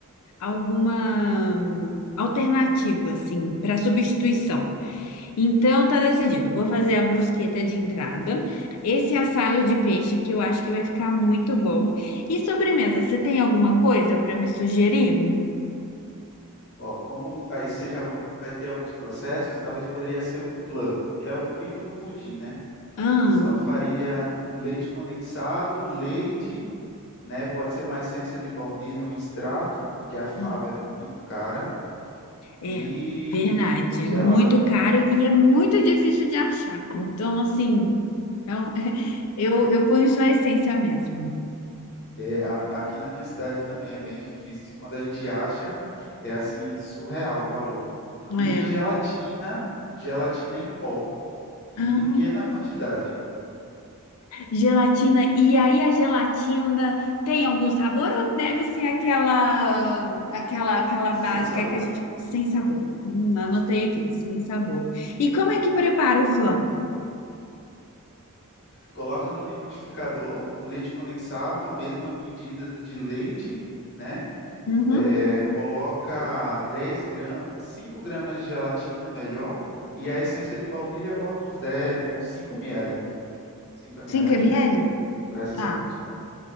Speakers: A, on the left; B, on the left.
A: alguma alternativa, assim, para substituição. Então tá decidido. Vou fazer a brusqueta de entrada, esse assado de peixe que eu acho que vai ficar muito bom. E sobremesa, você tem alguma coisa para me sugerir?
B: Ó, como aí você já vai ter alguns processos, talvez poderia ser um flan, que é o primo do pudim, né?
A: Ah,
B: Só faria leite condensado, leite né? Pode ser uma essência de baunilha ou um extrato, porque a fava
A: ah,
B: é muito cara. E
A: é verdade,
B: gela,
A: é muito caro e é muito difícil de achar. Então assim, é um- <laughs> eu, eu ponho só a essência mesmo.
B: é, a- aqui na minha cidade também é bem difícil. E Quando a gente acha, é assim, surreal o valor. E
A: É.
B: gelatina, gelatina em pó, em
A: Ah,
B: pequena quantidade,
A: Gelatina. E aí a gelatina tem algum sabor ou deve ser aquela aquela aquela
B: sem
A: básica
B: sabor.
A: que a gente sem sabor? Hum, anotei aqui, sem sabor. E como é que prepara o flan?
B: Coloca no liquidificador o leite condensado, a mesma medida de leite, né?
A: Uhum.
B: é, coloca 10 gramas, 5 gramas de gelatina, melhor, e a essência de baunilha bota uns 10, uns 5 ml. cinco ml
A: 5
B: acho
A: ml?
B: que é bom para essa
A: Tá,
B: quantidade.